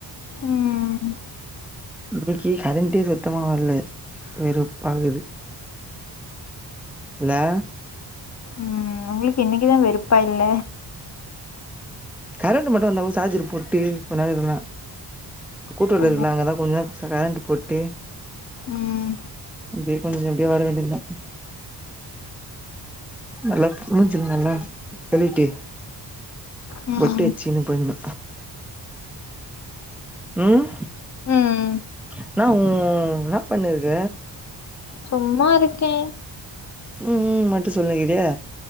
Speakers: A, on the left; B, in the centre.
A: உம்
B: இன்னக்கி கரண்ட்டே சுத்தமா வர்ல வெறுப்பாகுது லே
A: ம் உங்களுக்கு என்னைக்கிதா வெறுப்பா இல்ல
B: கரண்ட்டு மட்டு வந்தா நம்ம சார்ஜர் போட்டு கொஞ்நேரோ இருக்கலா கூட்டுறவு
A: ஓ
B: இருக்குல்ல அங்க தா கொஞ்ச நேரத் கரண்டு போட்டு
A: ம்
B: அப்டியே கொஞ்ச இப்டியே வர வேண்டியது தா நல்லா முஞ்சிலல்லா கலிட்டி
A: ம்
B: பொட்டு வச்சினு போயிந்தோ ம்
A: ம்
B: என்ன உ உ உ என்ன பண்ணிருக்க
A: சும்மா இருக்கே
B: ம் மட்டு சொல்லிகிரியே